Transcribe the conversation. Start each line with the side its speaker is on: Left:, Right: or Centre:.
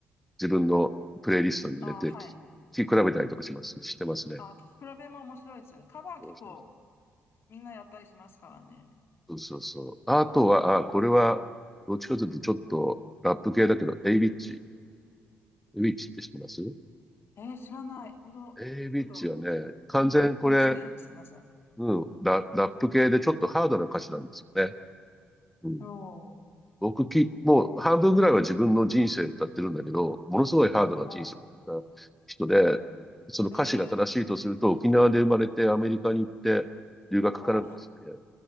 Centre: 自分のプレイリストに入れて聴
Left: ああ、はい。
Centre: き比べたりとかします、してますね。
Left: ああ、聞き比べも面白いですよね。カバー結構
Centre: 面白いです
Left: みんなやったりしますからね。
Centre: そうそうそう。あとは、あ、これは、どっちかというとちょっとラップ系だけど、エイビッチ。エイビッチって知ってます
Left: えー、知らない。本当ちょっと、
Centre: エイビッチはね、完全これ、
Left: み、無知ですいません。
Centre: うん。ラ、ラップ系でちょっとハードな歌詞なんですよね。うん。
Left: おー。
Centre: 僕き、もう半分ぐらいは自分の人生歌ってるんだけど、ものすごいハードな人生な人で、
Left: あー、そ
Centre: その歌詞が正しいとすると、
Left: う。えー、
Centre: 沖縄で生まれてアメリカに行って留学かなんかして、
Left: おー。